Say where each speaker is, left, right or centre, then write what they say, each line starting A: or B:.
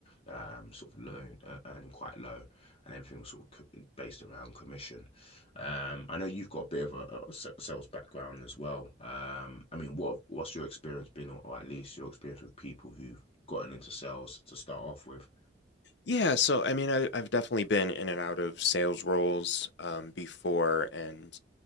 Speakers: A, on the left; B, on the left.
A: um, sort of low, uh, earning quite low. And everything was sort of co- based around commission. Um, I know you've got a bit of a, a s- sales background as well. Um, I mean, what what's your experience been, or or at least your experience with people who've gotten into sales to start off with.
B: Yeah. So, I mean, I, I've definitely been in and out of sales roles um, before and